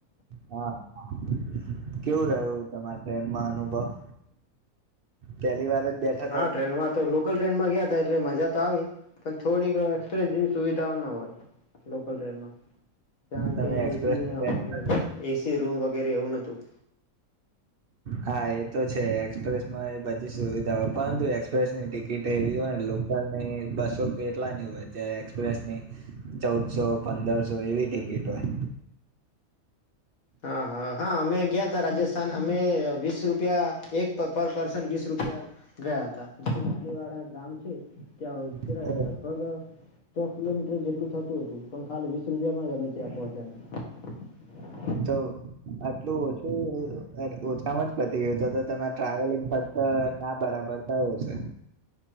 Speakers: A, on the right; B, on the left.
A: હા હા કેવું રહ્યું તમારા ટ્રેનમાં અનુભવ પહેલી વાર જ બેઠા હતા
B: હા ટ્રેનમાં તો લોકલ ટ્રેનમાં ગયા એટલે મજા તો આવી પણ થોડીક એક્સપ્રેસ જેવી સુવિધાઓ ના હોય લોકલ ટ્રેનમાં જાણ
A: તમે
B: કે
A: એક્સપ્રેસમાં
B: એસી
A: બેઠા
B: હોલ
A: હતા?
B: વગેરે એસી રૂમ વગેરે એવું નતું
A: હા એ તો છે એક્સપ્રેસમાં એ બધી સુવિધા હોય પરંતુ એક્સપ્રેસની ટિકિટ એવી હોય લોકલની બસો કેટલાની હોય જારે એક્સપ્રેસની ચૌદસો પંદરસો એવી ટિકિટ હોય
B: હા હા હા અમે ગયા ત રાજસ્થાન અમે વીસ રૂપિયા એક પર પર્સન વીસ રૂપિયા ગયા હતા જે રાણી વાડા ગામ છે ક્યા ઉતર્યા
A: હોય
B: લગભગ સો કિલોમીટર જેટલું થતું હતું પણ ખાલી વીસ રૂપિયામાં જ અમે ત્યાં પહોંચ્યાને
A: તો આટલું ઓછું ઓછામાં જ પતી ગયું તો તો ટ્રાવેલિંગ ફક્ત ના બરાબર થયું છે